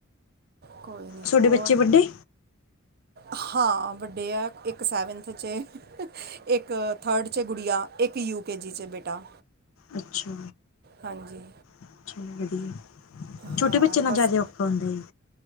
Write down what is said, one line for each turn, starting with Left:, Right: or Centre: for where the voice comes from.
Right: ਕੋਈ ਨੀ,
Left: ਤੁਹਾਡੇ
Right: ਹੋਰ।
Left: ਬੱਚੇ ਵੱਡੇ
Right: ਹਾਂ ਵੱਡੇ ਐ ਇੱਕ ਸੈਵਨਥ 'ਚ ਏ, ਇੱਕ ਥਰਡ 'ਚ ਏ ਗੁਡੀਆਂ, ਇੱਕ ਯੂ ਕੇ ਜੀ 'ਚ ਏ ਬੇਟਾ।
Left: ਅੱਛਾ,
Right: ਹਾਂਜੀ
Left: ਅੱਛਾ ਵਧੀਆ। ਛੋਟੇ
Right: ਹਾਂ
Left: ਬੱਚੇ ਨਾਲ
Right: ਬਸ
Left: ਜ਼ਿਆਦਾ ਔਖਾ ਹੁੰਦਾ ਹੈ।